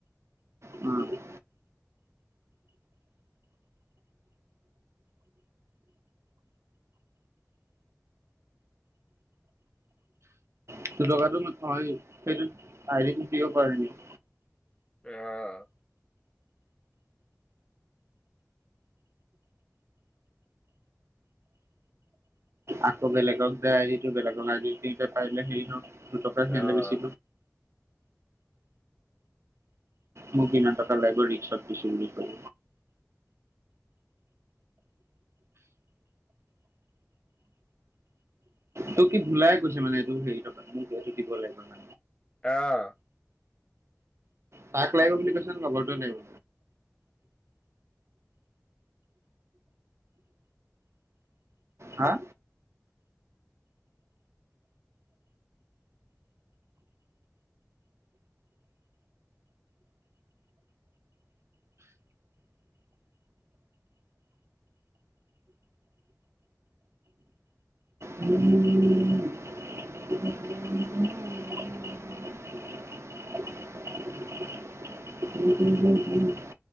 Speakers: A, on the right; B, on the left.
A: উম' <unintelligible> দুটকাটোনো <unintelligible> নহয় সেইটোত <unintelligible> দিব পাৰে নেকি?
B: এ
A: আকৌ বেলেগক যায় আজটো বেলেগক আজি পাৰিলে হেৰি দুটকা সিহঁতে
B: অ
A: বেছি মোক ইমান টকা লেব ৰিস্কত দিছু বুলি কয। তোক কি ভুলাই গৈছে মানে এইটো হেৰি টকাটো দিব লাগিব মানে।
B: অ'
A: তাক লাগিব বুলি কৈছে নে লগৰটো লাগিব? হা'? <unintelligible> <unintelligible> <unintelligible>